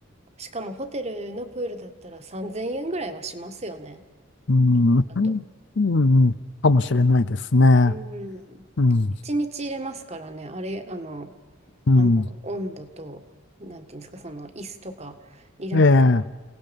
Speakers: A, on the right; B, on the left.
A: あ、しかもホテルのプールだったら3000円ぐらいはしますよね。
B: うん、
A: だと。
B: うん、かもしれないですね。
A: うん。
B: うん、
A: 一日入れますからね、あれ、あの、
B: うん。
A: あの、温度と、なんていうんですか、その、椅子とか、リラックス
B: ええ、